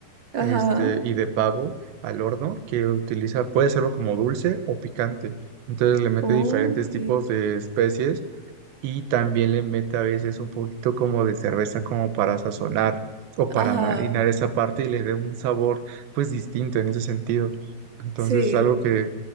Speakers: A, on the right; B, on the right.
A: ajá,
B: este, y de pavo al horno que utiliza, puede serlo como dulce o picante. Entonces le mete
A: ok,
B: diferentes tipos de especies y también le mete a veces un poquito como de cerveza como para sazonar o
A: ajá,
B: para marinar esa parte y le dé un sabor pues distinto en ese sentido. Entonces
A: sí,
B: es algo que